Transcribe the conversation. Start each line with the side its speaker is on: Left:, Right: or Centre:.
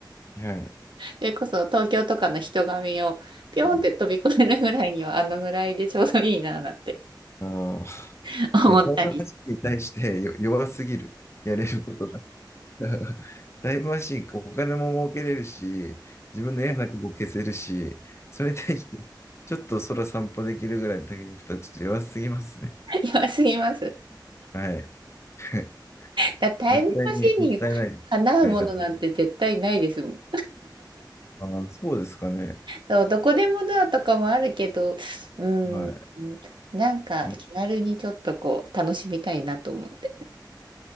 Left: はい。
Right: それこそ東京とかの人混みをピョンって飛び越えるぐらいにはあのぐらいでちょうどいいななんて
Left: うんああ。
Right: <laughs> 思ったり。
Left: いや、タイムマシーンに対してよ弱すぎる。やれることだから。<laughs> タイムマシーン、お金も儲けれるし、自分の嫌な過去を消せるし、それに対して、ちょっと空散歩できるぐらいの竹子たちちょっと弱すぎますね。
Right: <laughs> 弱すぎます。
Left: はい。<laughs>
Right: だタイムマシンにかなうものなんて絶対ないですもん。
Left: 絶対にもったいない使い方です。ああ、そうですかね。
Right: そうどこでもドアとかもあるけど、うーん、
Left: はい。
Right: なんか気軽にちょっとこう楽しみたいなと思って。
Left: うん、